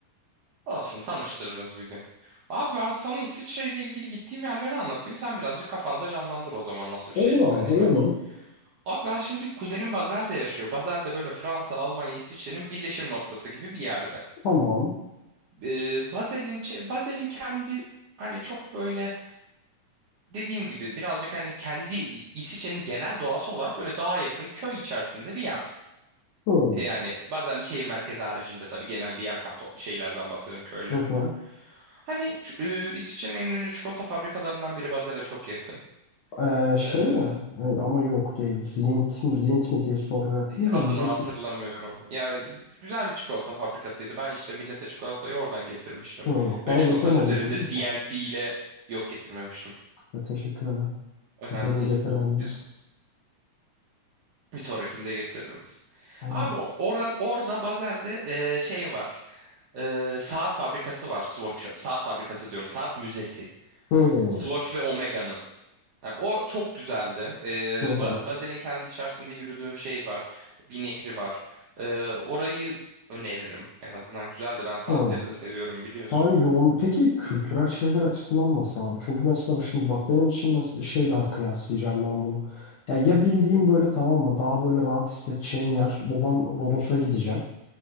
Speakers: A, on the right (about 75°); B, on the left (about 75°).
A: olsun tanıştırırız bir gün. Abi ben sana İsviçre ile ilgili gittiğim yerleri anlatayım. Sen birazcık kafanda canlandır o zaman nasıl bir
B: Olur
A: şey istediğini.
B: abi olur
A: Abi ben şimdi kuzenim Basel'de yaşıyor. Basel'de böyle Fransa, Almanya, İsviçre'nin birleşim noktası gibi bir yerde.
B: tamam.
A: Ee, Basel'in çe- Basel'in kendi hani çok böyle dediğim gibi birazcık hani kendi İsviçre'nin genel doğası olarak böyle daha yakın köy içerisinde bir yer.
B: Hı.
A: E, Yani bazen şehir merkezi haricinde tabii genel diğer kanton şeylerden bahsediyorum köylerinden.
B: Hı hı.
A: Hani ç- e, İsviçre'nin en ünlü çikolata fabrikalarından biri Basel'e çok yakın.
B: Ee, şey
A: Ee,
B: mi? Ay, ama yok değil. Lint mi, lint mi diye soracaktım da
A: Adını
B: lint
A: hatırlamıyorum.
B: is-
A: Ya güzel bir çikolata fabrikasıydı. Ben işte millete çikolatayı oradan getirmiştim.
B: Hı, bana
A: Böyle çikolatanın
B: getirme
A: üzerinde
B: dedin değil
A: CNC
B: mi
A: ile yok getirmemiştim.
B: Ya teşekkür ederim.
A: Önemli
B: Gidiyorum
A: değil.
B: getirmediğine.
A: Biz bir sonrakinde getiririm.
B: Aynen.
A: Abi o- oran orada Bazel'de e, şey var. E, saat fabrikası var Swatch'ın. Saat fabrikası diyorum. Saat müzesi.
B: Hı, hı,
A: Swatch ve Omega'nın. Ha, o çok güzeldi. Ee,
B: hı,
A: Ba- Bazel'in kendi içerisinde yürüdüğüm şey var. Bir nehri var. Ee, orayı öneririm. En azından güzeldi. Ben saatleri
B: hı.
A: de seviyorum biliyorsun.
B: Daha yoğun. Peki kültürel şeyler açısından nasıl abi? Çünkü mesela şimdi bak benim için mesela şeyle kıyaslayacağım ben bunu. Ya, ya bildiğim böyle tamam mı? Daha böyle rahat hissedeceğim yer olan Rodos'a gideceğim.